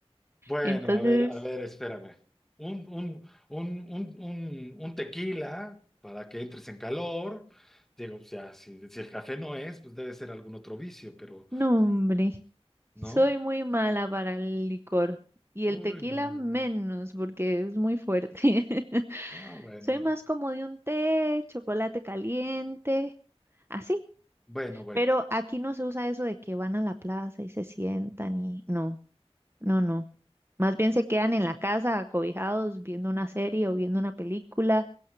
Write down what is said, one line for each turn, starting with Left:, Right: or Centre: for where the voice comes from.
Centre: Bueno,
Right: Entonces,
Centre: a ver, a ver, espérame. Un, un, un, un, un, un tequila para que entres en calor. Digo, o sea, si, si el café no es, pues debe ser algún otro vicio, pero
Right: no, hombre,
Centre: ¿no?
Right: soy muy mala para el licor y
Centre: Uy,
Right: el tequila
Centre: no, güey.
Right: menos porque es muy fuerte. <laughs>
Centre: No, bueno.
Right: Soy más como de un té, chocolate caliente, así.
Centre: Bueno, bueno.
Right: Pero aquí no se usa eso de que van a la plaza y se sientan y no, no, no. Más bien se quedan en la casa acobijados viendo una serie o viendo una película